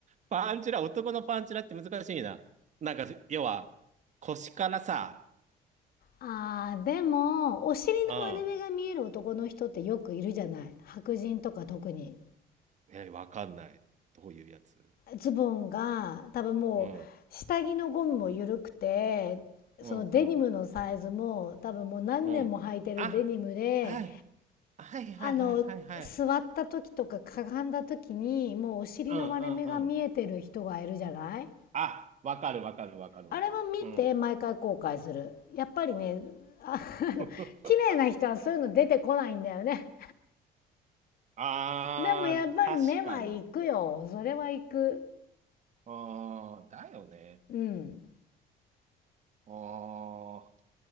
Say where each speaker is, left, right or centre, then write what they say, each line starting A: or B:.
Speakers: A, on the right (about 45°); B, on the left (about 60°).
A: パンチラ、男のパンチラって難しいな。なんか、要は、腰からさ、
B: あーでもお尻の割れ目が見える男の人ってよくいるじゃない白人とか特に
A: うん。え、わかんない。どういうやつ
B: ズボンが多分もう下着のゴムも緩くてそのデニムのサイズも多分もう何年も履いてるデニムで
A: うん。うん、うん、うん。あ、はい。はい、はい、
B: あの座った時とかかがんだ時にもうお尻の割れ目が見えてる人がいるじゃない
A: はい、はい、はい。うん、うん、うん。あ、わかる、わかる、わかる、
B: あれは見て毎回後悔するやっぱりねあの
A: わかる。うん。<laughs>
B: <laughs> 綺麗な人はそういうの出てこないんだよね
A: あー、
B: でもやっぱり目は行くよそれは行く
A: 確かに。あー、だよね。
B: うん
A: あー、